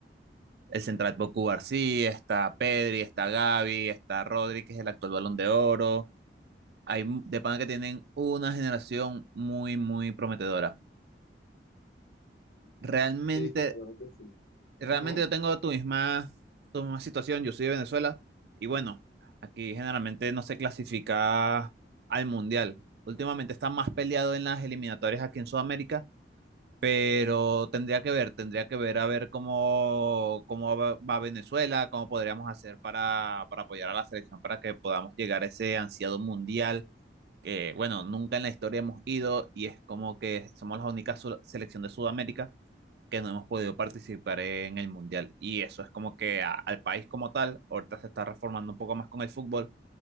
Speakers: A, on the right; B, on the left.
A: el central Boku García, está Pedri, está Gavi, está Rodri, que es el actual Balón de Oro. Hay m- de pana que tienen una generación muy, muy prometedora. Realmente
B: Sí, sí, la verdad que sí.
A: realmente
B: Ujú.
A: yo tengo tu misma, tu misma situación, yo soy de Venezuela y bueno, aquí generalmente no se clasifica al mundial. Últimamente está más peleado en las eliminatorias aquí en Sudamérica, pero tendría que ver, tendría que ver a ver cómo, cómo va va Venezuela, cómo podríamos hacer para, para apoyar a la selección para que podamos llegar a ese ansiado mundial que, bueno, nunca en la historia hemos ido y es como que somos la única su- selección de Sudamérica que no hemos podido participar en el Mundial. Y eso es como que a- al país como tal, ahorita se está reformando un poco más con el fútbol,